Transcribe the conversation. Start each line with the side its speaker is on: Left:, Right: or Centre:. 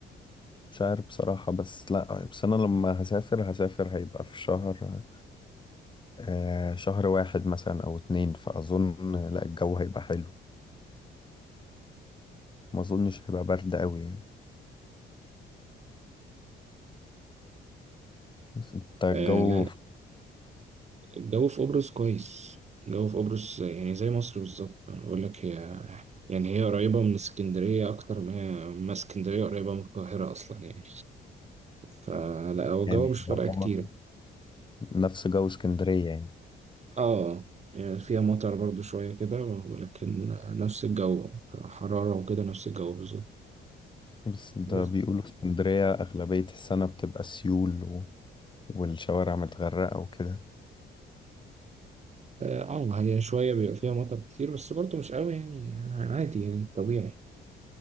Left: مش عارف بصراحة بس لا بس أنا لما هسافر هسافر هيبقى في شهر آه شهر واحد مثلا أو اتنين فأظن لا الجو هيبقى حلو ما أظنش هيبقى برد أوي يعني بس أنت الجو
Right: آه
Left: في-
Right: الجو في قبرص كويس الجو في قبرص يعني زي مصر بالظبط أنا بقول لك هي يعني هي قريبة من اسكندرية أكتر ما هي ما اسكندرية قريبة من القاهرة أصلا يعني فلا هو الجو
Left: يعني
Right: مش فارقة
Left: يعتبر
Right: كتير
Left: نفس جو اسكندرية يعني
Right: اه يعني فيها مطر برضو شوية كده ولكن نفس الجو حرارة وكده نفس الجو بالظبط
Left: بس ده
Right: بس
Left: بيقولوا اسكندرية أغلبية السنة بتبقى سيول و... والشوارع متغرقة وكده
Right: اه آه، هي شوية بيبقى فيها مطر كتير بس برضو مش قوي يعني يعني عادي يعني طبيعي